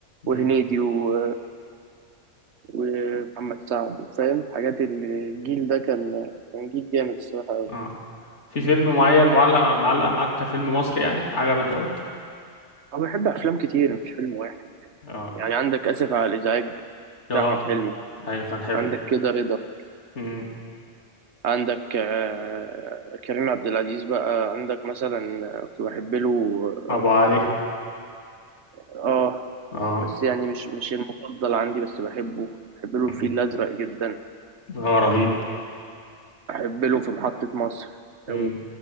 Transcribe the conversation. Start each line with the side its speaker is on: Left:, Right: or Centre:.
Right: وهنيدي
Left: امم
Right: و... ومحمد سعد فاهم حاجات الجيل ده كان كان جيل جامد الصراحه
Left: اه في فيلم معين معلق معلق معاك كفيلم مصري يعني عجبك اوي
Right: انا بحب افلام كتير مش فيلم واحد
Left: اه
Right: يعني عندك اسف على الازعاج
Left: اه
Right: بتاع احمد حلمي
Left: ايوه كان حلو
Right: عندك كده رضا
Left: امم
Right: عندك آه، كريم عبد العزيز بقى عندك مثلا آه، كنت بحب له اه
Left: ابو علي
Right: آه،
Left: اه
Right: بس يعني مش مش المفضل عندي بس بحبه بحب له
Left: امم.
Right: الفيل الأزرق جدا
Left: هو رهيب
Right: بحب له في محطة مصر
Left: امم
Right: أوي